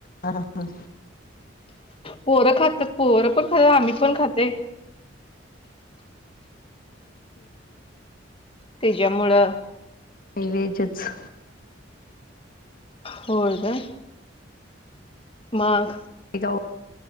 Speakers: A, on the left (about 50°); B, on the left (about 30°).
A: हा हा.
B: पोरं खात्यात, पोरं पण खात्यात आम्ही पण खातोय. तेज्यामुळं
A: पहिले हिजेच.
B: होय काय? मांग
A: ए जाव